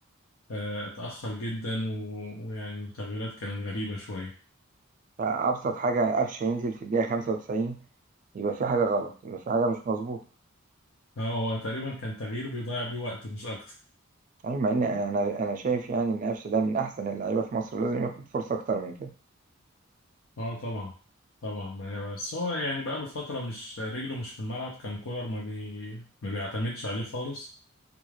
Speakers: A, on the left; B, on the right.
A: آه، اتأخر جدا و... ويعني وتغييرات كانت غريبة شوية
B: فأبسط حاجة قفش ينزل في الدقيقة 95 يبقى في حاجة غلط يبقى في حاجة مش مظبوطة
A: اه هو تقريبا كان تغيير بيضيع بيه وقت مش اكتر
B: يعني مع إن أنا أنا شايف يعني إن قفش ده من أحسن اللعيبة في مصر لازم ياخد فرصة أكتر من كده
A: اه طبعا طبعا ما هي بس هو يعني بقاله فترة مش رجله مش في الملعب كان كولر ما بي ما بيعتمدش عليه خالص